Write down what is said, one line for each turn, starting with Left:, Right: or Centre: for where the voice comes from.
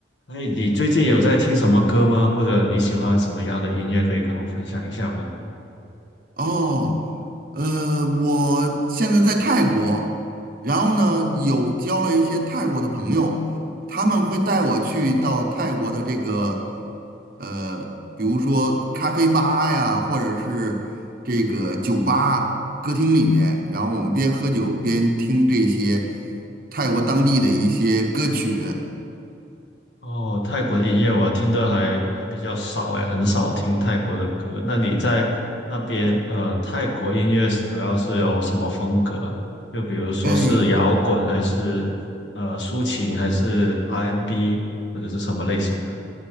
Left: 哎，你最近有在听什么歌吗？或者你喜欢什么样的音乐，可以跟我分享一下吗？
Right: 哦，呃，我现在在泰国，然后呢，有交了一些泰国的朋友，他们会带我去到泰国的这个，呃，比如说咖啡吧呀，或者是这个酒吧、歌厅里面，然后我们边喝酒边听这些泰国当地的一些歌曲。
Left: 哦，泰国的音乐我听的还还比较少，哎，很少听泰国的歌。那你在那边，呃，泰国音乐是主要是有什么风格啊就比如说是摇滚，
Right: 哎，
Left: 还是呃抒情，还是 R&B，n 或者是什么类型的？